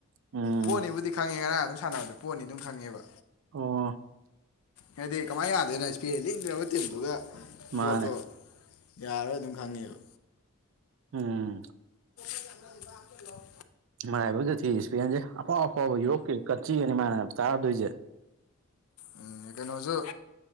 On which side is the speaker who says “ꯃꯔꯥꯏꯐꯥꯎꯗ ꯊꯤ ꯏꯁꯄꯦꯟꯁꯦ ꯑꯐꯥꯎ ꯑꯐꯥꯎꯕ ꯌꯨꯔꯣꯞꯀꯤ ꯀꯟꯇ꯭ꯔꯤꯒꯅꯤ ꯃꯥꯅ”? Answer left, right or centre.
Right